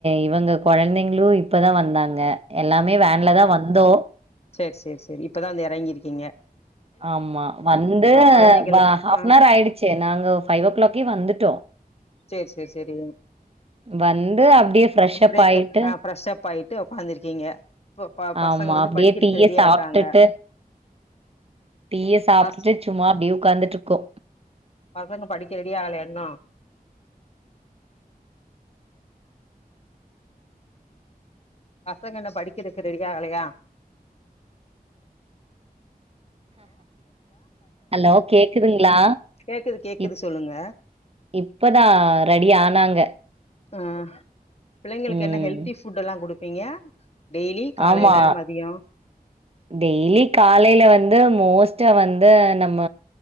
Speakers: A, on the right; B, on the left.
A: இவங்க குழந்தைங்ளு இப்பதா வந்தாங்க எல்லாமே வன்ல தா வந்தோ
B: செரி செரி செரி இப்பதா வந்து யறங்கிருக்கீங்க
A: ஆமா வந்து
B: கொழந்தைகளுக்கு
A: வா ஹாப்ன்வர்
B: ஆ
A: ஆயிடுச்சு நாங்க ஃபைவ் ஓ கிளாக்கே வந்துட்டோ
B: செரி செரி செரிக்
A: வந்து அப்டியே ஃப்ரெஷ்
B: அப்டி
A: அப் ஆயிட்டு
B: அ ப்ரெஷ் அப் ஆய் ட்டு உக்காந்துருக்கீங்க பசங்க
A: ஆமா
B: வந்து
A: அப்டியே
B: படிக்கறக்கு
A: டீய
B: ரெடியா
A: சாப்ட்டுட்டு
B: இருக்காங்க
A: டீய சாப்டுட்டு
B: பஸ்
A: சும்மா அப்டியே ஓக்காந்துட்ருக்கோ
B: பசங்க படிக்க ரெடியாகலயா இன்னு பசங்க இன்னு படிக்கறக்கு ரெடியா அகலையா
A: ஹலோ கேக்குதுங்ளா
B: கேக்குது கேக்குது
A: இப்
B: சொல்லுங்க
A: இப்பதா ரெடி ஆனாங்க
B: ஆ பிள்ளைங்களுக்கு
A: ம்
B: என்ன ஹெல்த்தி ஃபுட்டல்லா குடுப்பீங்க டெய்லி காலைல
A: ஆமா
B: மதியோ
A: டெய்லி காலைல வந்து மோஸ்டா வந்து நம்ம